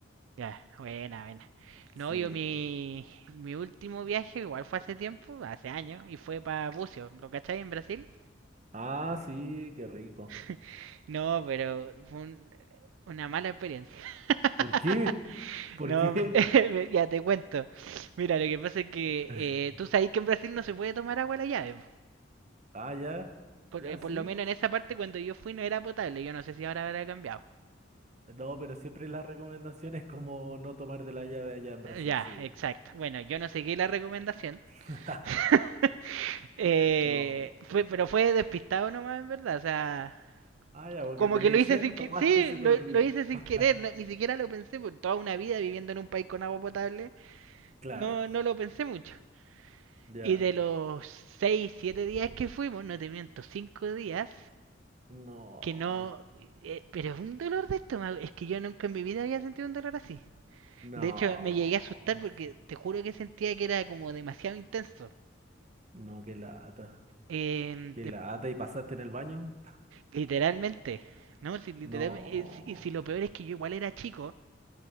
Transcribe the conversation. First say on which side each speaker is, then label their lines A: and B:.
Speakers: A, on the right (about 80°); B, on the right (about 35°).
A: Ya, buena, buena.
B: Sí.
A: No, yo mi,
B: eh,
A: mi último viaje igual fue hace tiempo, hace años, y fue para Bucio, ¿lo cacháis? En Brasil.
B: Ah, sí, qué rico.
A: <laughs> No, pero fue un- una mala experiencia. <laughs>
B: ¿Por qué? ¿Por
A: No,
B: qué?
A: me- <laughs> me- ya te cuento. Mira, lo que pasa es que
B: <laughs>
A: eh, tú sabes que en Brasil no se puede tomar agua a la llave.
B: Ah, ya,
A: Por,
B: ya
A: eh,
B: sí.
A: por lo menos en esa parte cuando yo fui no era potable. Yo no sé si ahora habrá cambiado.
B: No, pero siempre la recomendación es como no tomar de la llave allá en Brasil,
A: Ya,
B: sí.
A: exacto. Bueno, yo no seguí la recomendación.
B: <laughs>
A: <laughs> Eh,
B: No.
A: fue, pero fue despistado nomás, en verdad. O sea,
B: Ah, ya, porque
A: como
B: teníais
A: que lo hice
B: sed,
A: sin que...
B: tomaste
A: Sí,
B: y se
A: lo,
B: te olvidó.
A: lo hice sin
B: <laughs>
A: querer. no- ni siquiera lo pensé. Por toda una vida viviendo en un país con agua potable,
B: Claro,
A: no, no lo pensé mucho.
B: ya.
A: Y de los 6, 7 días que fuimos, no te miento, 5 días,
B: No,
A: que no... eh, pero es un dolor de estómago. Es que yo nunca en mi vida había sentido un dolor así.
B: no,
A: De hecho, me llegué a asustar porque te juro que sentía que era como demasiado intenso.
B: no, qué lata.
A: Eh,
B: Qué
A: de-
B: lata y pasaste en el baño.
A: literalmente, ¿no? Si, literalmente,
B: No,
A: y, si, y si lo peor es que yo igual era chico,